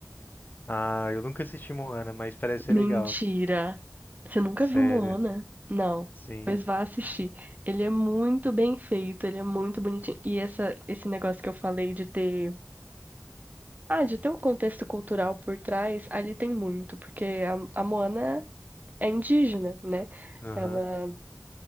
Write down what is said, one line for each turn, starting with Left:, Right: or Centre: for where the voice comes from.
Left: Ah, eu nunca assisti Moana, mas parece ser
Right: Mentira!
Left: legal.
Right: Você nunca
Left: Sério.
Right: viu Moana? Não.
Left: Sim.
Right: Pois vá assistir. Ele é muito bem feito, ele é muito bonitinho. E essa, esse negócio que eu falei de ter Ah, de ter um contexto cultural por trás, ali tem muito, porque a, a Moana é indígena, né?
Left: Aham.
Right: Ela